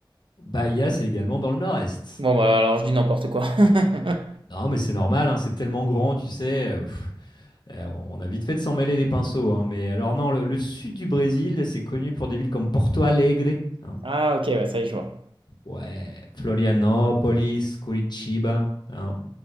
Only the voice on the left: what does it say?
Bahia, c'est également dans le nord-est.
Non, mais c'est normal, hein, c'est tellement grand, tu sais. euh, pff, euh, on a vite fait de s'en mêler les pinceaux. hein, mais alors, non, le, le sud du Brésil, c'est connu pour des villes comme Porto Alegre. hein,
ouais, Florianópolis, Curitiba. hein,